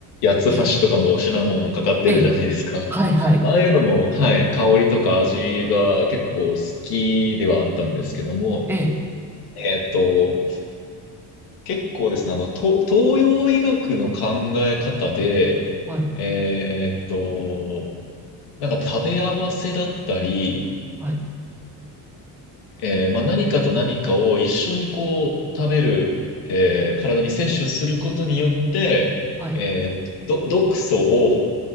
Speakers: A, on the left (about 80°); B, in the centre.
A: 八つ橋とかもシナモンかかってるじゃないですか。
B: えー、えー、はい、はい。
A: まあ、ああいうのも、はい、香りとか味が結構好きではあったんですけども、
B: えー、
A: えーっと、結構ですね、あの、東、東洋医学の考え方で、
B: はい、
A: えーっと、なんか食べ合わせだったり、
B: はい、
A: えーまあ、何かと何かを一緒にこう食べる、えー体に摂取することによって、
B: はい、
A: えーど毒素を